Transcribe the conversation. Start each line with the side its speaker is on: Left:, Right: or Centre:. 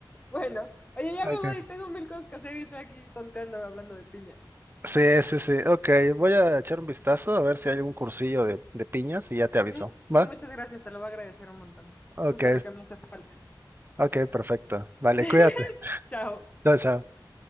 Left: Bueno, oye, ya
Right: Ok.
Left: me voy, tengo mil cosas que hacer y estoy aquí tonteando hablando de piñas.
Right: Sí, sí, sí. Ok, voy a echar un vistazo a ver si hay algún cursillo de, de piñas y ya te aviso.
Left: Mm,
Right: ¿Va?
Left: Muchas gracias, te lo voy a agradecer un montón. Es
Right: Ok,
Left: justo lo que me hace falta.
Right: ok, perfecto. Vale,
Left: <laughs>
Right: cuídate.
Left: Chao.
Right: Chao, chao.